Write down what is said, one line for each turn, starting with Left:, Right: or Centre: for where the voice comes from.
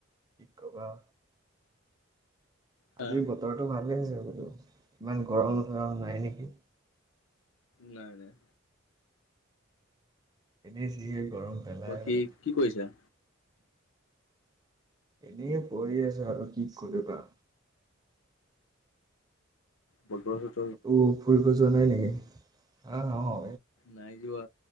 Right: কি কবা।
Left: হা
Right: আজি বতৰটো ভালেই হৈছে বোলো ইমান গৰম ধৰা নাই নেকি।
Left: নাই নাই।
Right: এনেই জিহে গৰম। পেলাই
Left: বাকী
Right: মানে
Left: কি কৰিছাঁ?
Right: এনেই বহি আছোঁ আৰু কি কৰিবা।
Left: বত বলহত
Right: কটো ফুৰিব যোৱা নাই নেকি হা অ।
Left: নাই যোৱা।